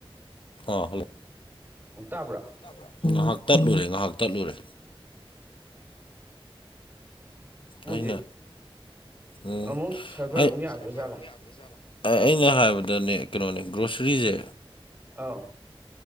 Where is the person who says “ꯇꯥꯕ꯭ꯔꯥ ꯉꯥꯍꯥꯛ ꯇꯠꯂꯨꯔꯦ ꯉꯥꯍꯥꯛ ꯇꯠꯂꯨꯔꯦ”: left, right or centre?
Left